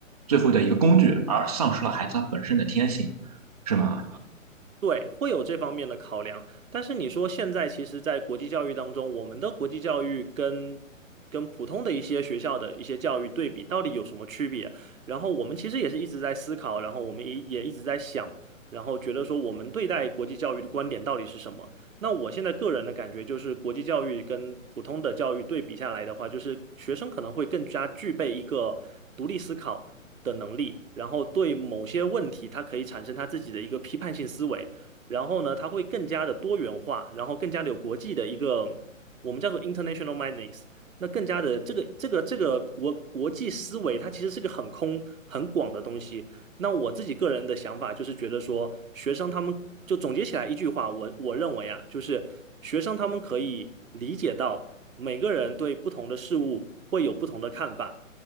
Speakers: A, on the right; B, on the right.
A: 最后的一个工具，而丧失了孩子他本身的天性，是吗？
B: 对，会有这方面的考量，但是你说现在其实，在国际教育当中，我们的国际教育跟跟普通的一些学校的一些教育对比，到底有什么区别？然后我们其实也是一直在思考，然后我们也也一直在想，然后觉得说我们对待国际教育的观点到底是什么？那我现在个人的感觉就是，国际教育跟普通的教育对比下来的话，就是学生可能会更加具备一个独立思考的能力，然后对某些问题，他可以产生他自己的一个批判性思维。然后呢，它会更加的多元化，然后更加的有国际的一个我们叫做 international m i n d n e s s 那更加的这个这个这个国国际思维，它其实是个很空很广的东西。那我自己个人的想法就是觉得说，学生他们就总结起来一句话，我我认为啊，就是学生他们可以理解到每个人对不同的事物会有不同的看法，